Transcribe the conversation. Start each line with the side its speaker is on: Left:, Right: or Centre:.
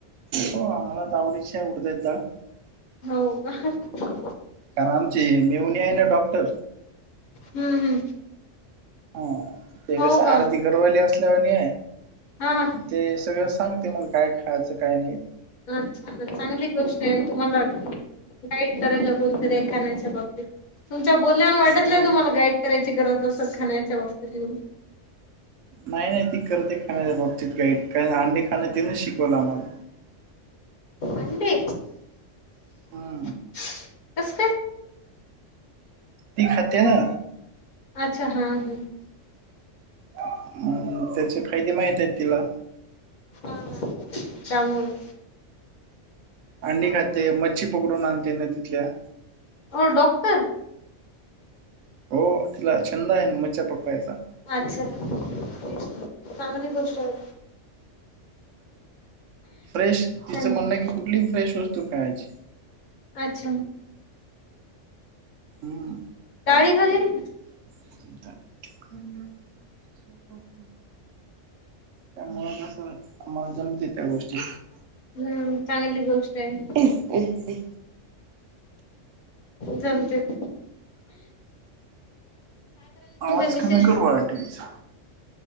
Right: हो आम्हाला तावडीचे आहे उडदा डाळ
Left: हो का.
Right: करा आमची मेहुणी आहे ना डॉक्टर.
Left: हम्म हम्म.
Right: ह ते
Left: हो
Right: कसं
Left: का
Right: आरती घरवाली असल्यावर नी
Left: हा हा.
Right: ते सगळं सांगते मग काय खायचं काय नाही.
Left: <inaudible> छानच चांगली गोष्ट आहे तुम्हाला गाईड करायला कोणचं देखाण्याच्या बाबतीत. तुमच्या बोलण्याहून वाटत
Right: हो.
Left: नाही तुम्हाला गाईड करायची गरज असेल खाण्याच्या बाबतीत म्हणुन.
Right: नाही नाही ती करते खाण्याच्या बाबतीत गाईड कारण अंडी खाणं तिने शिकवलं आम्हाला.
Left: अंडी
Right: हा.
Left: <inaudible> कसं काय?
Right: ती खात्या का?
Left: अच्छा हा हा.
Right: अ त्याचे फायदे माहित आहेत तिला.
Left: ह त्यामुळे.
Right: अंडी खाते मच्छी पकडून आणते नदीतल्या.
Left: ओ डॉक्टर
Right: हो तिला छंद आहे मच्छा पकवायचा.
Left: अच्छा ठीक आहे चांगली गोष्ट आहे.
Right: फ्रेश तिचं
Left: छान
Right: म्हणणं हाय की कुठलीही फ्रेश वस्तू खायाची.
Left: अच्छा!
Right: हा.
Left: चाळीस हजेरी.
Right: <inaudible> त्यामुळं कसं आम्हाला जमते त्या गोष्टी.
Left: हम्म चांगली गोष्ट आहे.
Right: अ <inaudible>
Left: जमतय <inaudible>
Right: आवाज
Left: मिसेस
Right: कमी कर बाळा टीव्हीचा.